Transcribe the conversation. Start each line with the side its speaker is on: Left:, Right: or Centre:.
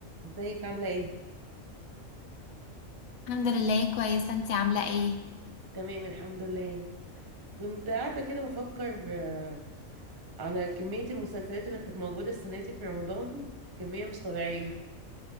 Right: ازيك عاملة ايه؟
Left: الحمد لله كويسة انتي عاملة ايه؟
Right: تمام الحمد لله كنت قاعدة كده بفكر آه، على كمية المسلسلات اللي كانت موجودة السنة دي في رمضان كمية مش طبيعية